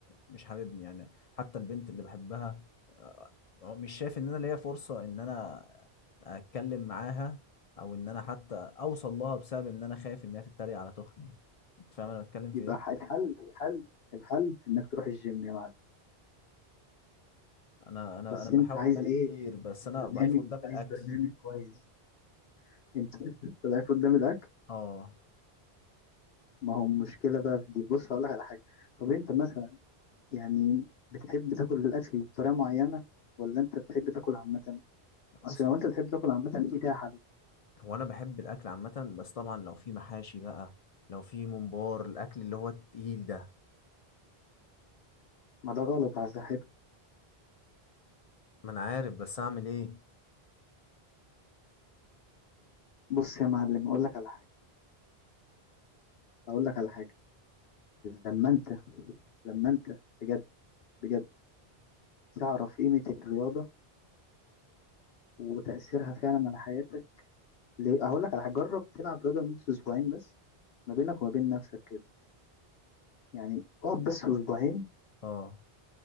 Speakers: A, on the left; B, on the left.
A: مش حاببني يعني حتى البنت اللي بحبها آه، مش شايف ان انا ليا فرصه ان انا اتكلم معاها او ان انا حتى اوصل لها بسبب ان انا خايف انها تتريق على تخني انت فاهم انا بتكلم في
B: يبقى
A: ايه
B: ح- الحل الحل الحل انك تروح الجيم يا معلم
A: انا انا
B: بس
A: انا بحاول
B: انت عايز
A: بالي
B: ايه
A: كتير بس
B: عايز
A: انا
B: برنامج
A: ضعيف قدام الاكل
B: عايز برنامج كويس انت <laughs> ضعيف قدام الاكل
A: اه
B: ما هو المشكله بقى في دي بص هقول لك على حاجه طب انت مثلا يعني بتحب تاكل الاكل بطريقه معينه ولا انت بتحب تاكل عامه
A: بص
B: اصل لو انت بتحب تاكل عامه دي ليها حل
A: هو انا بحب الاكل عامه بس طبعا لو في محاشي بقى لو في ممبار الاكل اللي هو التقيل ده
B: ما ده غلط على صحته
A: ما انا عارف بس اعمل ايه
B: بص يا معلم اقول لك على حاجه اقول لك على حاجه لما انت لما انت بجد بجد تعرف قيمه الرياضه وتاثيرها فعلا على حياتك ليه- هقول لك على حاجه جرب تلعب رياضه لمده اسبوعين بس ما بينك وما بين نفسك كده يعني اقعد بس اسبوعين
A: اه